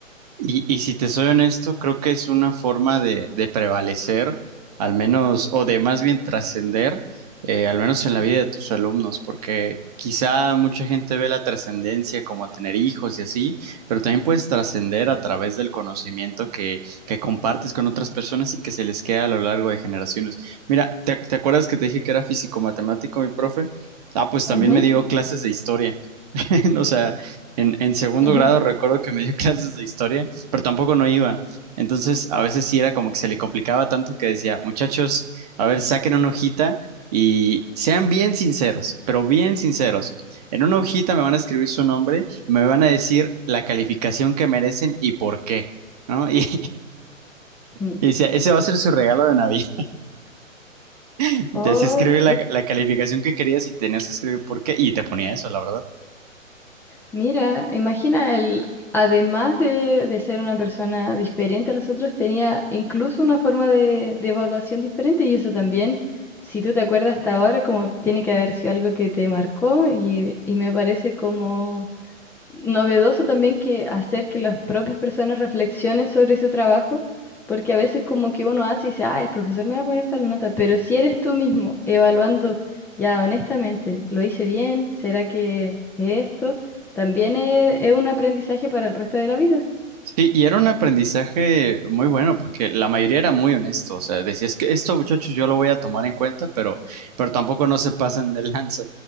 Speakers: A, on the right; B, in the centre.
A: Y, y si te soy honesto, creo que es una forma de, de prevalecer, al menos, o de más bien trascender, eh, al menos en la vida de tus alumnos, porque quizá mucha gente ve la trascendencia como tener hijos y así, pero también puedes trascender a través del conocimiento que, que compartes con otras personas y que se les queda a lo largo de generaciones. Mira, ¿te, te acuerdas que te dije que era físico-matemático mi profe? Ah, pues también
B: Ujú,
A: me dio clases de historia. <laughs> O sea, en, en segundo
B: ujú,
A: grado recuerdo que me dio <laughs> clases de historia, pero tampoco no iba. Entonces, a veces sí era como que se le complicaba tanto que decía, muchachos, a ver, saquen una hojita y sean bien sinceros, pero bien sinceros. En una hojita me van a escribir su nombre, me van a decir la calificación que merecen y por qué, ¿no? Y, <laughs>
B: ujú.
A: y decía, ese va a ser su regalo de Navidad. <laughs>
B: Oh,
A: Te hacía escribir la, la calificación que querías y tenías que escribir por qué. Y te ponía eso, la verdad.
B: Mira, imagina, el, además de, de ser una persona diferente a los otros, tenía incluso una forma de, de evaluación diferente y eso también, si tú te acuerdas hasta ahora, como tiene que haber sido algo que te marcó y, y me parece como novedoso también que hacer que las propias personas reflexionen sobre su trabajo, porque a veces como que uno hace y dice, ah, el profesor me va a poner tal nota, pero si eres tú mismo evaluando ya honestamente, ¿lo hice bien? ¿Será que es esto también es, es un aprendizaje para el resto de la vida?
A: Sí, y era un aprendizaje muy bueno porque la mayoría era muy honesto, o sea, decía, es que esto, muchachos, yo lo voy a tomar en cuenta, pero, pero tampoco no se pasen de lanza.